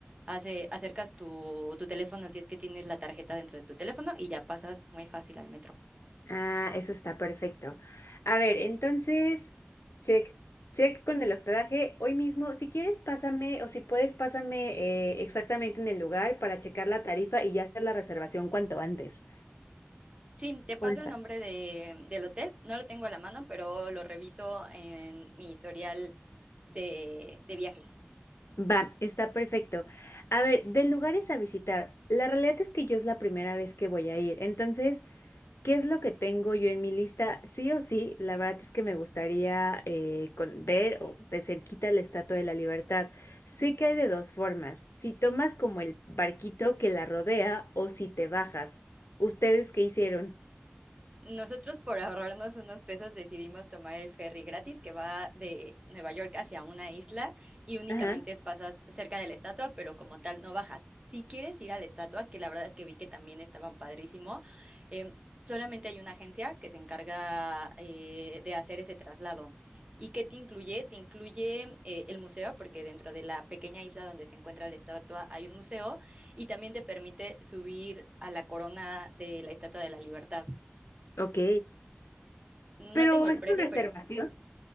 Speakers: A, on the right; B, on the left.
A: hace, acercas tu, tu teléfono si es que tienes la tarjeta dentro de tu teléfono y ya pasas muy fácil al metro.
B: Ah, eso está perfecto. A ver, entonces, check, check con el hospedaje. Hoy mismo, si quieres, pásame o si puedes, pásame eh, exactamente en el lugar para checar la tarifa y ya hacer la reservación cuanto antes.
A: Sí, te paso
B: Porfa.
A: el nombre de, del hotel. No lo tengo a la mano, pero lo reviso en mi historial de, de viajes.
B: Va, está perfecto. A ver, de lugares a visitar. La realidad es que yo es la primera vez que voy a ir, entonces ¿Qué es lo que tengo yo en mi lista? Sí o sí, la verdad es que me gustaría eh, con- ver o de cerquita la Estatua de la Libertad. Sé que hay de dos formas, si tomas como el barquito que la rodea o si te bajas. ¿Ustedes qué hicieron?
A: Nosotros por ahorrarnos unos pesos decidimos tomar el ferry gratis que va de Nueva York hacia una isla y únicamente
B: Ajá,
A: pasas cerca de la estatua, pero como tal no bajas. Si quieres ir a la estatua, que la verdad es que vi que también estaban padrísimo, em, solamente hay una agencia que se encarga eh, de hacer ese traslado. ¿Y qué te incluye? Te incluye eh, el museo, porque dentro de la pequeña isla donde se encuentra la estatua hay un museo y también te permite subir a la corona de la Estatua de la Libertad.
B: ok.
A: No
B: Pero
A: tengo el
B: es
A: precio,
B: con reservación.
A: pero